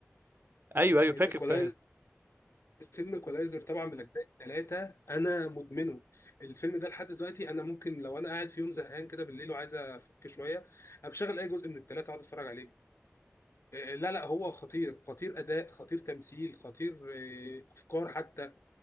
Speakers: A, on the right; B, on the left.
A: ايوه ايوه فاكر
B: الايكولايزر
A: فاكر
B: فيلم ايكولايزر طبعا من اجزاء ثلاثه انا مدمنه الفيلم ده لحد دلوقتي انا ممكن لو انا قاعد في يوم زهقان كده بالليل وعايز افك شويه بشغل اي جزء من الثلاثه اقعد اتفرج عليه آه، لا لا هو خطير خطير اداء خطير تمثيل خطير آه، افكار حتى